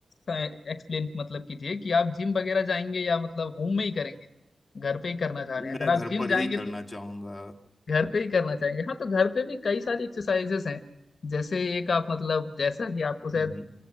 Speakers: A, on the left; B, on the left.
A: एक्सप्लेन मतलब कीजिए कि आप जिम वगैरह जाएंगे या मतलब होम में ही करेंगे घर पे ही करना चाह रहे
B: मैं
A: हैं अगर
B: घर
A: आप जिम
B: पर
A: जाएंगे
B: ही
A: तो
B: करना चाहूंगा
A: घर पे ही करना चाहेंगे हाँ तो घर पे भी कई सारी एक्सरसाइजेस हैं जैसे एक आप मतलब जैसा कि आपको शायद
B: हम्म